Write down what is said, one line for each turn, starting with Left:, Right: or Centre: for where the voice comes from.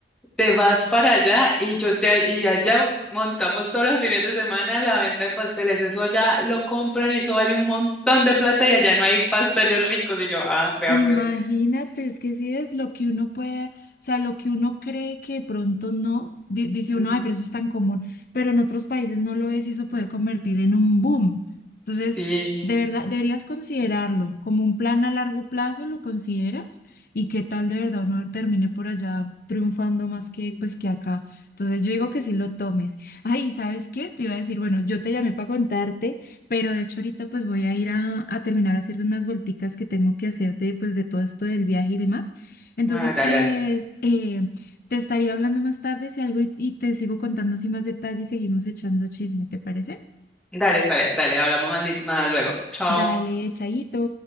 Centre: Te vas para allá y yo te y allá montamos todos los fines de semana la venta de pasteles. Eso allá lo compran y eso vale un montón de plata y allá no hay pasteles ricos. Y yo, ah, vea
Left: Imagínate,
Centre: pues.
Left: es que si es lo que uno puede, o sea, lo que uno cree que de pronto no, di- dice
Centre: Ujú.
Left: uno, ay, pero eso es tan común, pero en otros países no lo es y eso puede convertir en un boom. Entonces,
Centre: Sí.
Left: de verdad, deberías considerarlo como un plan a largo plazo, ¿lo consideras? Y qué tal de verdad uno termine por allá triunfando más que pues que acá. Entonces, yo digo que sí lo tomes. Ay, ¿sabes qué? Te iba a decir, bueno, yo te llamé para contarte. Pero de hecho ahorita pues voy a ir a, a terminar a hacer unas vuelticas que tengo que hacer de pues de todo esto del viaje y demás. Entonces
Centre: Ah, dale,
Left: pues
Centre: dale.
Left: eh, te estaría hablando más tarde si algo y, y te sigo contando así más detalles y seguimos echando chisme, ¿te parece?
Centre: Dale, sale, dale, hablamos más, li- más luego. Chao.
Left: Dale, chaito.